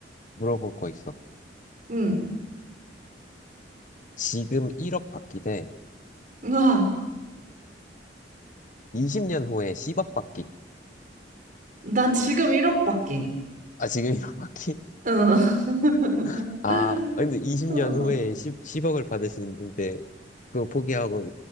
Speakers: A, on the left (about 45°); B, on the right (about 50°).
A: 물어볼 거 있어.
B: 응.
A: 지금 1억 받기 대
B: 와
A: 20년 후에 10억 받기.
B: 난 지금 1억밖에.
A: 아, 지금 1억 받기?
B: 응.
A: <laughs>
B: <laughs>
A: 아, 근데 20년
B: 어.
A: 후에 10, 10억을 받을 수 있는데, 그거 포기하고